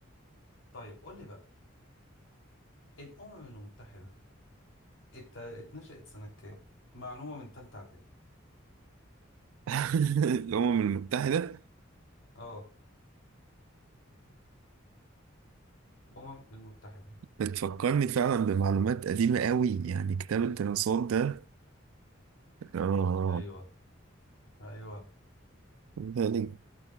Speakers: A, on the left; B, on the right.
A: طيب قول لي بقى الأمم المتحدة ات- اتنشأت سنة كام؟ معلومة من تالتة إعدادي
B: <laughs> الأمم المتحدة
A: اه أمم المتحدة
B: بتفكرني فعلا بمعلومات قديمة قوي يعني كتاب الدراسات ده اه
A: أيوه أيوه
B: يعني